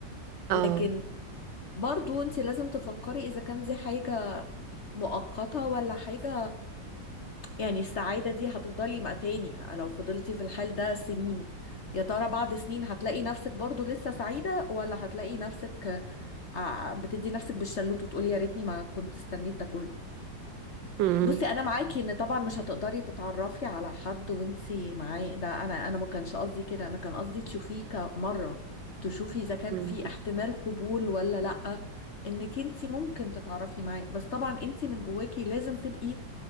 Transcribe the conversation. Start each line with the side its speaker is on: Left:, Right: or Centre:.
Right: اه
Left: لكن برضو انت لازم تفكري اذا كان دي حاجه مؤقته ولا حاجه يعني السعاده دي هتفضلي مع تاني لو فضلتي في الحال ده سنين يا ترى بعد سنين هتلاقي نفسك برضو لسه سعيده ولا هتلاقي نفسك ع- بتدي نفسك بالشلوت وتقولي يا ريتني ما كنت استنيت ده كله
Right: امم
Left: بصي انا معاكي ان طبعا مش هتقدري تتعرفي على حد وانتي معاه ده انا انا ما كانش قصدي كده انا كان قصدي تشوفيه كمره تشوفي اذا كان
Right: امم
Left: في احتمال قبول ولا لا انك انتي ممكن تتعرفي معاه بس طبعا انتي من جواكي لازم تبقي